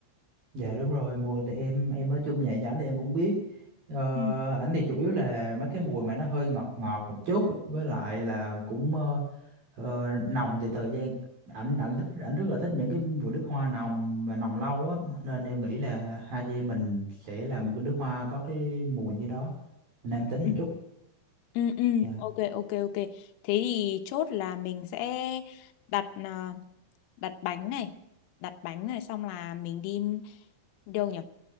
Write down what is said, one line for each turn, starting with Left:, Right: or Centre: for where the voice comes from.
Right: Dạ đúng rồi, mùi thì em em ở chung nhà với ảnh thì em cũng biết. Ờ,
Left: Ừ.
Right: ảnh thì chủ yếu là mấy cái mùi mà nó hơi ngọt ngọt một chút với lại là cũng ờ, ờ, nồng thì thời gian ảnh ảnh thích ảnh rất là thích những cái mùi nước hoa nồng mà nồng lâu á nên em nghĩ là hai chị em mình sẽ làm một cái nước hoa có cái mùi như đó nam tính
Left: Ừ,
Right: một chút.
Left: ừ, ừ,
Right: Dạ.
Left: ok, ok, ok. Thế thì chốt là mình sẽ đặt à, đặt bánh này, đặt bánh này xong là mình đi đâu nhỉ?